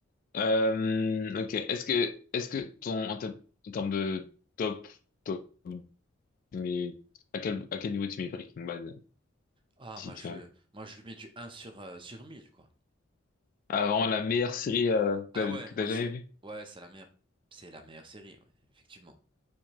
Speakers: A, on the left; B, on the right.
A: Euh, ok. Est-ce que, est-ce que ton, en, te- en termes de top, top, mais à quel, à quel niveau tu mets Breaking Bad, euh,
B: Ah,
A: si
B: moi,
A: tu
B: je,
A: as,
B: moi, je lui mets du un sur, euh, sur 1000 quoi.
A: ah, vraiment la meilleure série euh, que
B: Ah
A: t'as
B: ouais,
A: que
B: moi,
A: t'as jamais
B: c'est,
A: vue?
B: ouais, c'est la meilleure, c'est la meilleure série, ouais, effectivement.